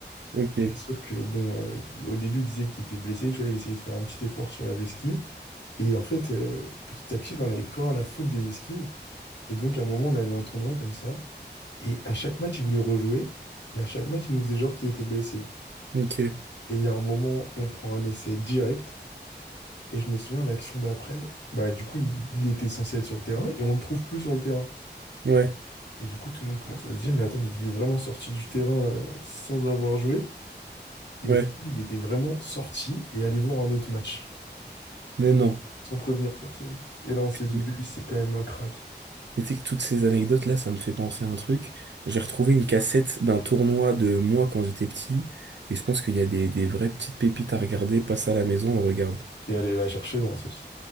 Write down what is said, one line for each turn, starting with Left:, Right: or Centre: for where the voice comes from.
Right: Ok.
Left: Et sauf que, bon, euh, il- au début, il disait qu'il était blessé, tu vois, il essayait de faire un petit effort sur la vesquie. Et en fait, euh, petit à petit, il en avait plus rien à foutre des esquives. Et donc, à un moment, on avait un tournoi comme ça. Et à chaque match, il voulait rejouer. Mais à chaque match, il nous faisait genre qu'il était blessé.
Right: Ok.
Left: Et il y a un moment, on prend un essai direct. Et je me souviens, l'action d'après, bah, du coup, il, il était censé être sur le terrain et on le trouve plus sur le terrain.
Right: Ouais.
Left: Et du coup, tout le monde commence à se dire, mais attends, mais il est vraiment sorti du terrain, euh, sans avoir joué. Et
Right: Ouais,
Left: au final, il était vraiment sorti et allé voir un autre match.
Right: mais non.
Left: sans prévenir personne. Et là, on s'est
Right: Putain,
Left: dit,
Right: mais
Left: lui, c'est quand même un crack.
Right: mais tu sais que toutes ces anecdotes-là, ça me fait penser à un truc. J'ai retrouvé une cassette d'un tournoi de moi quand j'étais petit, et je pense qu'il y a des, des vraies petites pépites à regarder. Passe à la maison, on regarde.
Left: T'es allé la chercher loin, celle-ci.